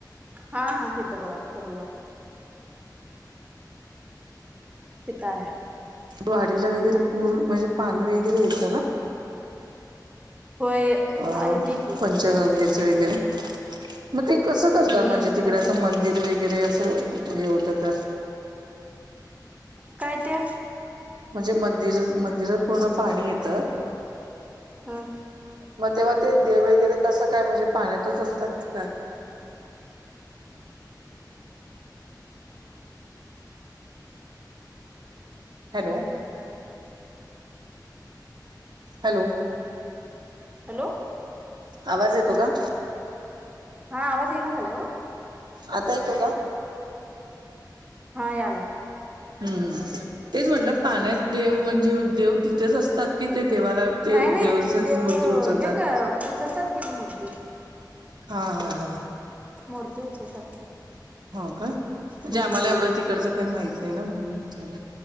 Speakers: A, on the right; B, on the right.
A: हा हा तिथं बघा करूनद्वार. तिथ हाय.
B: वाडीला वगैरे पूर म्हणजे पाणी वगैरे येतं ना.
A: होय
B: अ पण
A: हा येते की
B: पंच नदीच्या वगैरे मग ते कस करतात
A: हम्म
B: म्हणजे तिकडे
A: पंच
B: असं मंदिर वगैरे वगैरे असं हे होतं तर
A: काय ते
B: म्हणजे मंदिर मंदिरात पूर्ण पाणी येतं.
A: होय.
B: मग तेव्हा ते देव वगैरे कसं काय म्हणजे पाण्यातच असतात की काय? हॅलो. हॅलो.
A: हॅलो
B: आवाज येतो का?
A: हा आवाज ये ना झालाय ओ
B: आता येतो का?
A: हा यालाय.
B: हम्म तेच म्हटलं पाण्यात देव म्हणजे देव तिथेच असतात कि ते देवाला ते
A: नाही नाही
B: देवाच
A: देव
B: मूर्ती उचलतात
A: हे का उचलतात कि मूर्ती.
B: हा हा हा.
A: मूर्ती उचलतात.
B: हो काय म्हणजे
A: हम्म
B: आम्हाला एवढं तिकडचं काही माहीत नाही ना म्हणून विचारल.